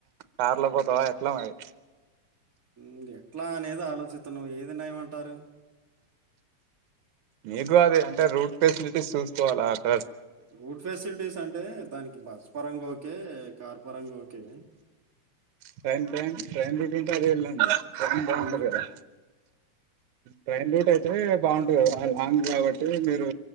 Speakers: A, on the right; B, on the right.
A: కార్లా పోతావా ఎట్ల మరి
B: మ్ ఎట్లా అనేది ఆలోచిస్తున్నా ఏది నయ్యమంటారు?
A: మీకు అది అంటే రూట్ ఫెసిలిటీస్ సూసుకోవాలా అక్క
B: రూట్ ఫెసిలిటీస్ అంటే దానికి బస్ పరంగా ఓకే కార్ పరంగా okay
A: train time train route ఉంటే అదే ఎళ్ళండి ప్రయాణం బాగుంటది
B: ఆ!
A: కదా ట్రైన్ రూట్ అయితే బాగుంటుంది కదా లాంగ్ కాబట్టి మీరు